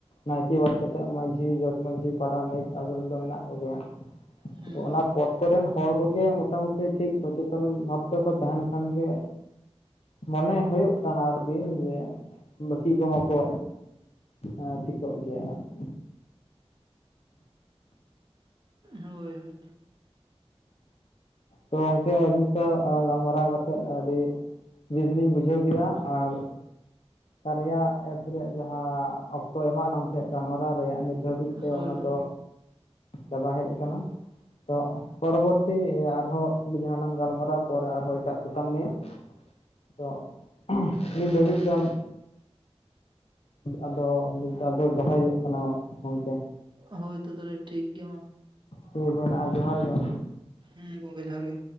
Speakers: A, on the left; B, on the right.
A: ᱱᱟᱭᱠᱮ ᱵᱟᱫ ᱠᱟᱛᱮᱜ, ᱢᱟᱺᱡᱷᱤ, ᱡᱚᱜ ᱢᱟᱺᱡᱷᱤ, ᱯᱟᱨᱟᱱᱤᱠ, ᱟᱵᱚᱨᱮᱱ ᱫᱚ ᱢᱮᱱᱟᱜ ᱠᱚᱜᱮᱭᱟ᱾
B: ᱦᱩᱸ
A: ᱚᱱᱟ ᱯᱚᱛ ᱠᱚᱨᱮᱱ ᱦᱚᱲ ᱠᱚᱜᱮ, ᱢᱚᱴᱟᱢᱩᱴᱤ ᱴᱷᱤᱠ ᱥᱚᱪᱮᱛᱚᱱ ᱵᱷᱟᱵ ᱛᱮᱠᱚ ᱛᱟᱦᱮᱱ ᱠᱷᱟᱱ ᱜᱮ, ᱢᱟᱱᱮ ᱦᱳᱭᱳᱜ ᱠᱟᱱᱟ ᱟᱨᱠᱤ, ᱡᱮ ᱵᱟᱹᱠᱤ ᱠᱚᱦᱚᱸ ᱠᱚ ᱮᱸ ᱴᱷᱤᱠᱚᱜ ᱜᱮᱭᱟ ᱟᱨᱠᱤ᱾
B: ᱦᱳᱭ, ᱦᱳᱭ᱾
A: ᱛᱚ ᱜᱚᱢᱠᱮ ᱥᱟᱶ ᱜᱟᱞᱢᱟᱨᱟᱣ ᱠᱟᱛᱮ, ᱟᱹᱰᱤ ᱵᱮᱥᱞᱤᱧ ᱵᱩᱡᱷᱟᱹᱣ ᱠᱮᱫᱟ ᱟᱨ ᱠᱟᱨᱭᱟ ᱮᱯᱥ ᱨᱮᱭᱟᱜ ᱡᱟᱦᱟᱸ, ᱚᱠᱛᱚᱭ ᱮᱢᱟᱜ ᱞᱟᱝ ᱛᱟᱦᱮᱸ ᱜᱟᱞᱢᱟᱨᱟᱣ ᱨᱮᱭᱟᱜ ᱱᱤᱛ ᱱᱤᱛ ᱫᱷᱟᱹᱵᱤᱡ ᱛᱮ
B: ᱦᱳᱭ
A: ᱚᱱᱟ
B: ᱦᱳᱭ
A: ᱫᱚ ᱪᱟᱵᱟ ᱦᱮᱡ ᱠᱟᱱᱟ, ᱛᱚ ᱯᱚᱨᱚᱵᱚᱨᱛᱤ ᱟᱨᱦᱚᱸ ᱡᱟᱦᱟᱸ ᱞᱟᱝ ᱜᱟᱞᱢᱟᱨᱟ, ᱯᱚᱨᱮ ᱟᱨᱦᱚᱸ ᱮᱴᱟᱜ ᱥᱟᱛᱟᱢ ᱱᱤᱭᱮ ᱛᱚ ᱱᱤᱛ ᱫᱷᱟᱹᱵᱤᱡ ᱫᱚ ᱟᱫᱚ ᱱᱤᱛ ᱫᱚ ᱟᱫᱚ ᱫᱚᱦᱚᱭ ᱦᱳᱭᱳᱜ ᱠᱟᱱᱟ ᱜᱝᱢᱠᱮ?
B: ᱦᱳᱭ ᱛᱚ ᱛᱟᱦᱚᱞᱮ ᱴᱷᱤᱠ ᱜᱮᱭᱟ ᱢᱟ᱾
A: ᱴᱷᱤᱠ ᱢᱮᱱᱟᱜᱼᱟ, ᱡᱚᱦᱟᱨ ᱜᱮ ᱜᱚᱢᱠᱮ᱾
B: ᱦᱩᱸ ᱜᱚᱝᱠᱮ ᱡᱚᱦᱟᱨ ᱜᱮ᱾